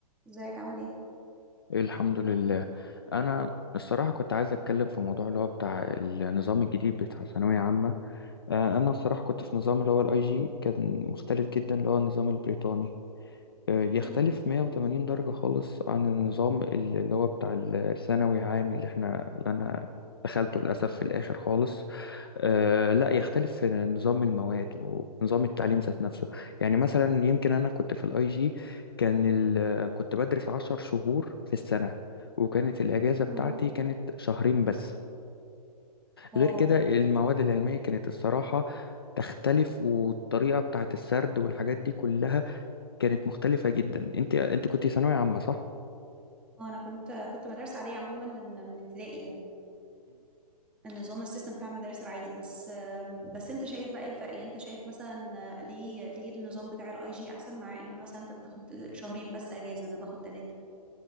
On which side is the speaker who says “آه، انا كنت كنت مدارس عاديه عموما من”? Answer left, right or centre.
Centre